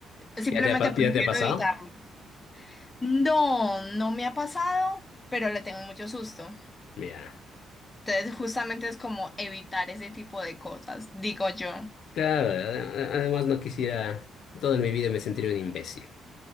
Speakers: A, on the left; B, on the left.
A: simplemente
B: ¿Ya te ha, pa-
A: prefiero
B: ya te ha pasado?
A: evitarlo. No, no me ha pasado, pero le tengo mucho susto.
B: Ya.
A: Entonces, justamente es como evitar ese tipo de cosas, digo yo.
B: Claro, ade- además no quisiera, toda mi vida me sentiría un imbécil.